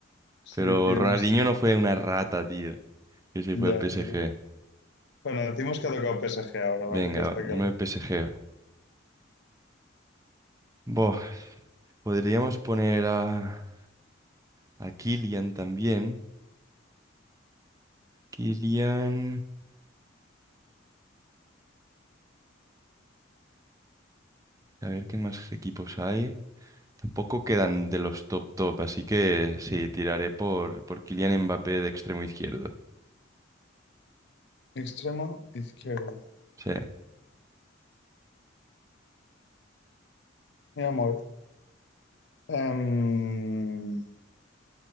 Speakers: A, on the left (about 60°); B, on the right (about 15°).
A: Sí,
B: pero
A: tío,
B: Ronaldinho
A: no sé.
B: no fue una rata, tío. Que sí
A: Ya,
B: fue el PSG.
A: eso es verdad. Bueno, decimos que ha tocado PSG ahora, ¿vale?
B: Venga,
A: Que está aquí
B: uno
A: arriba.
B: de PSG. Boh, podríamos poner a, a Kylian también. Kylian. A ver qué más equipos hay. Tampoco quedan de los top top, así que sí, tiraré por, por Kylian Mbappé de extremo izquierdo.
A: Extremo izquierdo.
B: Sí,
A: Mira, móvil. Em,